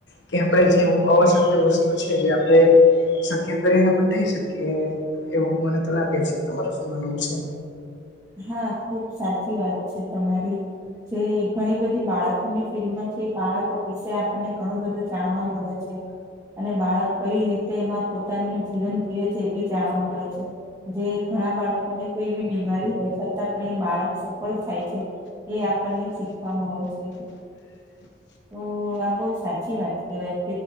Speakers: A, on the left; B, on the right.
A: કે આપણે જે અશક્ય વસ્તુ છે જે આપણે શક્ય કરીને બતાવી શકીએ એવું મને તો લાગે છે તમારું શું માનવું છે.
B: હા ખુબ સાચી વાત છે તમારી જે ઘણી બધી બાળકોની ફિલ્ડમાં છે બાળકો વિશે આપણને ઘણું બધું જાણવા મળે છે એમાં અને બાળક કઈ રીતે એમાં પોતાનું જીવન જીવે છે એ બી જાણવા મળે છે. જે ઘણા બાળકોને કોઈ એવી બીમારી હોય છતાં પણ એ બાળક સફળ થાય છે. એ આપણને શીખવા મળે છે. ઓ આમ બહુ સાચી વાત કેવાય